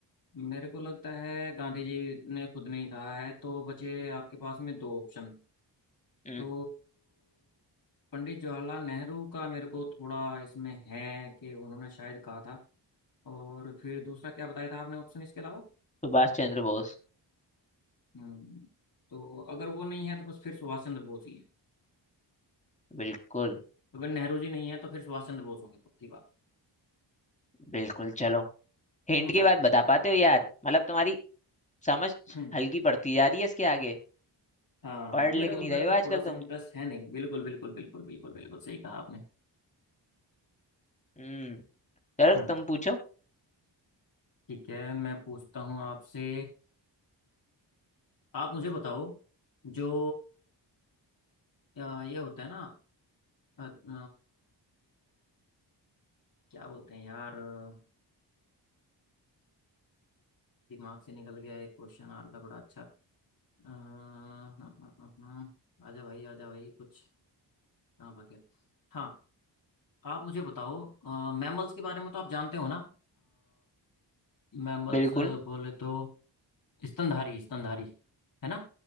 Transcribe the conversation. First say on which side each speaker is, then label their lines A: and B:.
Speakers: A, on the left (about 50°); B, on the left (about 15°).
A: मेरे को लगता है गांधी जी ने खुद नहीं कहा है तो बचे आपके पास में दो ऑप्शन
B: हम्म,
A: तो पंडित जवाहरलाल नेहरू का मेरे को थोड़ा इसमें है कि उन्होंने शायद कहा था और फिर दूसरा क्या बताया था आपने ऑप्शन इसके अलावा
B: सुभाष चंद्र बोस
A: हम्म, तो अगर वो नहीं है तो बस फिर सुभाष चंद्र बोस ही है
B: बिल्कुल
A: अगर नेहरू जी नहीं है तो फिर सुभाष चंद्र बोस होंगे पक्की बात
B: बिल्कुल चलो हिंट
A: कौन सा
B: के बाद
A: है फिर
B: बता पाते हो यार मतलब तुम्हारी समझ
A: हम्म,
B: हल्की पड़ती जा रही है इसके आगे
A: हाँ
B: पढ़
A: मेरा
B: लिख नहीं
A: उधर
B: रहे हो
A: से
B: आजकल
A: थोड़ा सा
B: तुम
A: इंटरेस्ट है नहीं बिल्कुल बिल्कुल बिल्कुल बिल्कुल बिल्कुल सही कहा आपने
B: हम्म चलो
A: हम्म
B: तुम पूछो
A: ठीक है मैं पूछता हूँ आपसे आप मुझे बताओ जो अ, ये होता है ना अ, अ, क्या बोलते हैं यार अ, दिमाग से निकल गया एक क्वेश्चन आ रहा था बड़ा अच्छा अ, हाँ हाँ हाँ हाँ आजा भाई आजा भाई कुछ हाँ बढ़ गया हाँ आप मुझे बताओ मैमल्स के बारे में तो आप जानते हो ना मैमल्स
B: बिल्कुल
A: बोले तो स्तनधारी स्तनधारी है ना